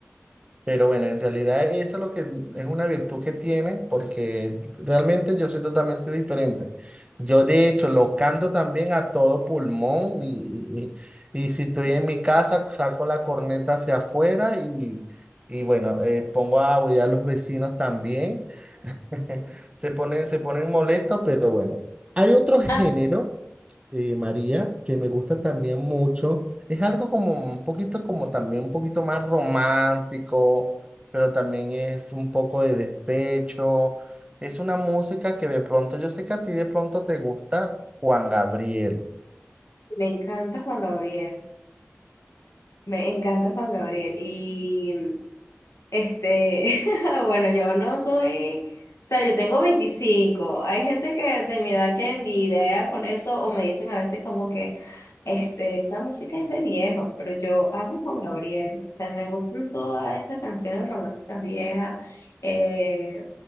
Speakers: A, on the right; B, on the left.
A: Pero bueno, en realidad eso es lo que es una virtud que tiene, porque realmente yo soy totalmente diferente. Yo de hecho lo canto también a todo pulmón y, y, y si estoy en mi casa saco la corneta hacia afuera y, y bueno, eh, pongo a aullar a los vecinos también. <laughs> Se ponen, se ponen molestos, pero bueno. Hay otro género
B: Ah,
A: eh, María, que me gusta también mucho. Es algo como un poquito, como también un poquito más romántico, pero también es un poco de despecho. Es una música que de pronto, yo sé que a ti de pronto te gusta Juan Gabriel.
B: me encanta Juan Gabriel, me encanta Juan Gabriel Este, <laughs> bueno, yo no soy, o sea, yo tengo veinticinco Hay gente que de mi edad que ni idea con eso o me dicen a veces como que, este, esa música es de viejos, pero yo amo Juan Gabriel. O sea, me gustan todas esas canciones románticas viejas. Eh,